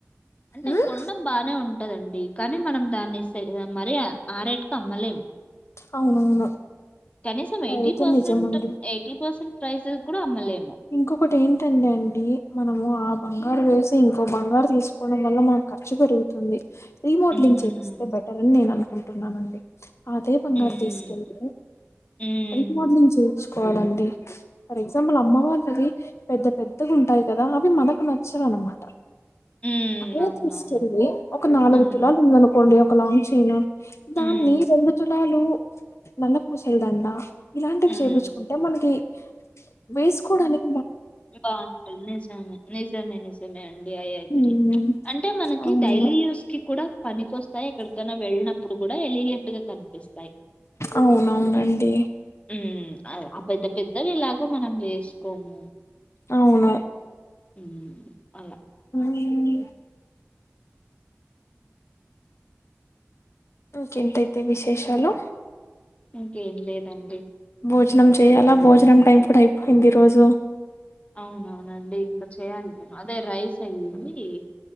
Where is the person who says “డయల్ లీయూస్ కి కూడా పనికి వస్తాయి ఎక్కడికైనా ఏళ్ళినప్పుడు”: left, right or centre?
Left